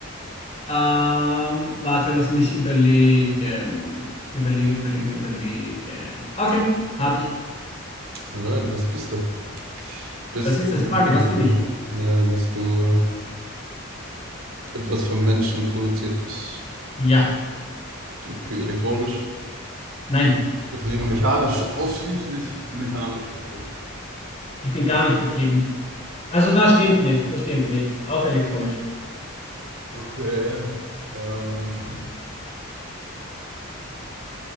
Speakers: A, on the left (about 30°); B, on the right (about 75°).
A: Ähm, warte, lass mich überlegen. Überlegen, überlegen, überlegen. Okay, habe ich.
B: Alright, was bist du? Bist
A: Was ist das?
B: du,
A: Frage, was bin ich? Hm.
B: äh, ja, bist du äh, etwas vom Menschen produziertes,
A: Ja,
B: okay, elektronisch
A: nein,
B: betrieben, mechanisch, ausschließlich mechanisch betrieben.
A: ich bin gar nicht betrieben. Also, das stimmt nicht, das stimmt nicht. Auch elektronisch.
B: Okay, ähm,